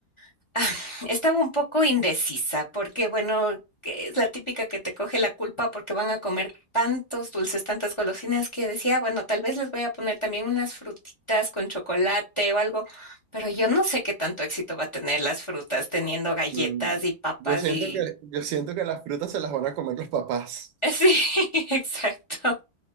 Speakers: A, on the left; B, on the right.
A: <laughs> Ah, Estaba un poco indecisa porque, bueno, que es la típica que te coge la culpa porque van a comer tantos dulces, tantas golosinas que decía, "Ah, bueno, tal vez les voy a poner también unas frutitas con chocolate o algo, pero yo no sé qué tanto éxito va a tener las frutas teniendo galletas
B: Mm,
A: y papas
B: Yo siento
A: y...
B: que, yo siento que las frutas se las van a comer los papás.
A: <laughs> Sí, <laughs> exacto,